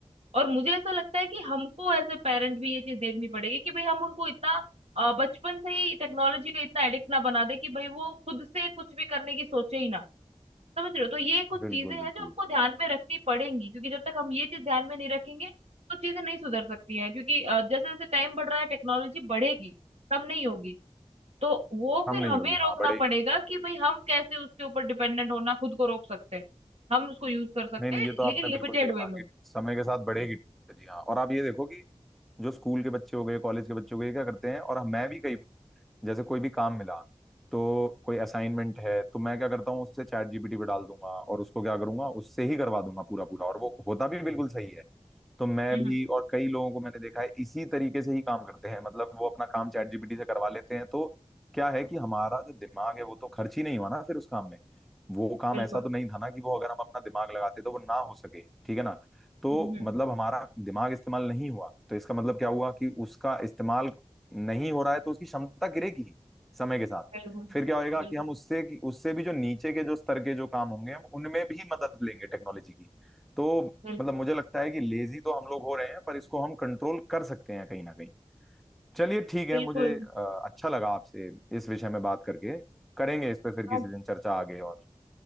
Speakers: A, on the right; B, in the centre.
A: और मुझे ऐसा लगता है कि हमको एज ए पेरेंट भी ये चीज देखनी पड़ेगी कि भाई हम उनको इतना अ, बचपन से ही टेक्नोलॉजी का इतना एडिक्ट ना बना दे कि भाई वो खुद से कुछ भी करने की सोचे ही ना समझ रहे हो तो ये कुछ
B: बिल्कुल
A: चीजें
B: बिल्कुल
A: हैं जो हमको ध्यान में रखनी पड़ेंगी क्योंकि जब तक हम ये चीज ध्यान में नहीं रखेंगे तो चीजें नहीं सुधर सकती है क्योंकि अ, जैसे जैसे टाइम बढ़ रहा है टेक्नोलॉजी बढ़ेगी कम नहीं होगी तो वो
B: कम
A: फिर
B: नहीं
A: हमें
B: होगी हाँ
A: रोकना
B: बढ़ेगी
A: पड़ेगा कि भाई हम कैसे उसके ऊपर डिपेंडेंट होना खुद को रोक सकते हैं हम उसको यूज कर सकते
B: नहीं नहीं
A: हैं
B: ये तो आपने
A: लेकिन लिमिटेड
B: बिल्कुल सही कहा
A: वे में
B: कि समय के साथ बढ़ेगी टेक्नोलॉजी हाँ और आप ये देखो कि जो स्कूल के बच्चे हो गए कॉलेज के बच्चे हो गए ये क्या करते हैं और मैं भी कई जैसे कोई भी काम मिला तो कोई असाइनमेंट है तो मैं क्या करता हूँ उससे चैट जीपीटी पे डाल दूंगा और उसको क्या करूंगा उससे ही करवा दूंगा पूरा पूरा और वो होता भी बिल्कुल सही है तो मैं
A: हम्म
B: भी और कई लोगों को मैंने देखा है इसी तरीके से ही काम करते हैं मतलब वो अपना काम चैट जीपीटी से करवा लेते हैं तो क्या है कि हमारा जो दिमाग है वो तो खर्च ही नहीं हुआ ना फिर उस काम में वो काम
A: बिल्कुल
B: ऐसा तो नहीं था ना कि वो अगर हम अपना दिमाग लगाते तो वो ना हो सके ठीक है ना तो
A: हम्म
B: मतलब हमारा दिमाग इस्तेमाल नहीं हुआ तो इसका मतलब क्या हुआ कि उसका इस्तेमाल नहीं हो रहा है तो उसकी क्षमता गिरेगी ही समय के साथ
A: बिल्कुल
B: फिर क्या होएगा
A: बिल्कुल
B: कि हम उससे उससे भी जो नीचे के जो स्तर के जो काम होंगे हम उनमें भी मदद लेंगे टेक्नोलॉजी की तो
A: बिल्कुल
B: मतलब मुझे लगता है कि लेजी तो हम लोग हो रहे हैं पर इसको हम कंट्रोल कर सकते हैं कहीं ना कहीं चलिए ठीक है
A: बिल्कुल
B: मुझे अ, अच्छा लगा आपसे इस विषय में बात करके करेंगे इस पे फिर किसी
A: हाँ,
B: दिन चर्चा आगे और